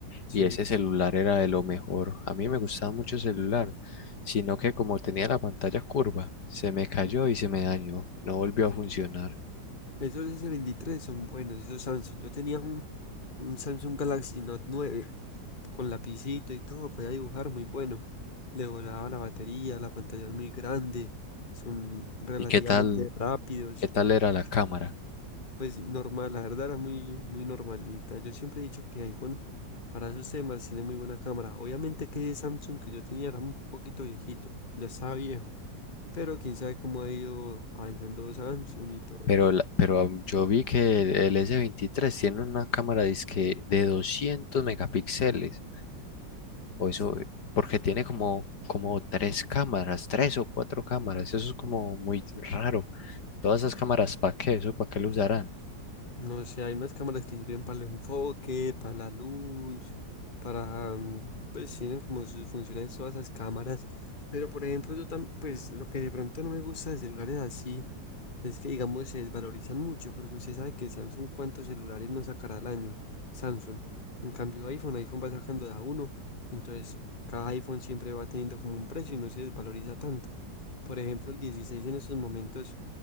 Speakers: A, on the left; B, on the left.
A: Sí.
B: Y ese celular era de lo mejor. A mí me gustaba mucho el celular, sino que como tenía la pantalla curva, se me cayó y se me dañó. No volvió a funcionar.
A: Esos S23 son buenos, esos Samsung. Yo tenía un, un Samsung Galaxy Note 9 con lapicito y todo, podía dibujar muy bueno. Le volaba la batería, la pantalla es muy grande, son relativamente
B: ¿Y qué tal,
A: rápidos.
B: qué tal era la cámara?
A: Pues normal, la verdad era muy, muy normalita. Yo siempre he dicho que iPhone para esos temas tiene muy buena cámara. Obviamente que ese Samsung que yo tenía era un poquito viejito, ya estaba viejo, pero quién sabe cómo ha ido avanzando Samsung y todo.
B: Pero, la- pero um, yo vi que el, el S23 tiene una cámara dizque de 200 megapíxeles. O eso, eh, porque tiene como, como tres cámaras, tres o cuatro cámaras. Eso es como muy raro. Todas esas cámaras, ¿para qué? ¿Eso para qué lo usarán?
A: No sé, hay unas cámaras que sirven para el enfoque, para la luz, para, mm, pues tienen como sus funciones todas esas cámaras. Pero por ejemplo, yo también, pues lo que de pronto no me gusta de celulares así. Es que, digamos, se desvalorizan mucho porque usted sabe que Samsung cuántos celulares no sacará al año. Samsung. En cambio, iPhone, iPhone va sacando de a uno. Entonces, cada iPhone siempre va teniendo como un precio y no se desvaloriza tanto. Por ejemplo, el 16 en estos momentos